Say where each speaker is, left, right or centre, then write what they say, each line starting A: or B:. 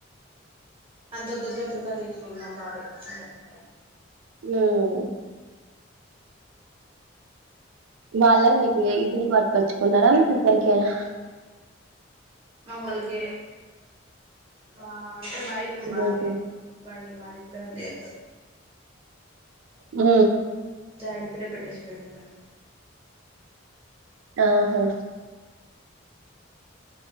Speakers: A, on the right; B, on the right.
A: అంత తొందర్ తొందర్ చేసిండు మా బాబాయ్ దంచుడే
B: ఉమ్ వాళ్ళ మీకు ఎఇద్దరికి పట్కొచ్చుకున్నారా మీ ఓక్కరికెనా
A: మొగోళ్ళకే వా అంటే బైక్ మాదే
B: ఉహు.
A: బండి మాది కూడా లేదు
B: ఊ
A: డాడీ ఇక్కడే పెట్టేసి పోయిండు బండి
B: ఆహా